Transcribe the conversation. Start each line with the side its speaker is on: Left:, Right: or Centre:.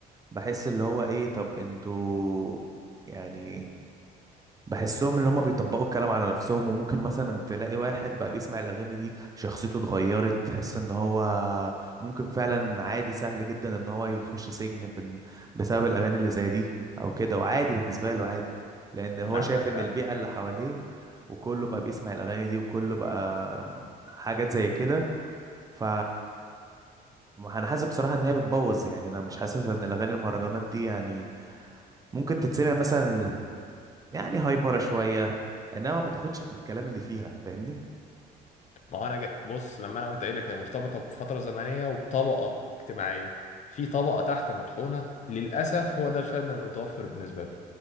Right: بحس اللي هو إيه طب انتوا يعني بحسهم اللي هم بيطبقوا الكلام على نفسهم وممكن مثلا تلاقي واحد بقى بيسمع الأغاني دي شخصيته اتغيرت تحس ان هو ممكن فعلا عادي سهل جدا ان هو يخش سجن بن- بسبب الأغاني اللي زي دي او كده وعادي بالنسبة له عادي لأن هو
Left: عندك
Right: شايف ان
Left: حق
Right: البيئة اللي حواليه وكله بقى بيسمع الأغاني دي وكله بقى حاجات زي كده ف انا حاسس بصراحة ان هي بتبوظ يعني انا مش حاسس ان الأغاني المهرجانات دي يعني ممكن تتسمع مثلا يعني هايبره شويه انما ما تاخدش بالكلام اللي فيها فاهمني
Left: ما هو انا جا... بص لما انا قلت قايل لك هي مرتبطه بفتره زمنيه وبطبقه اجتماعيه في طبقه تحت مطحونه للاسف هو ده الفن المتوفر بالنسبه له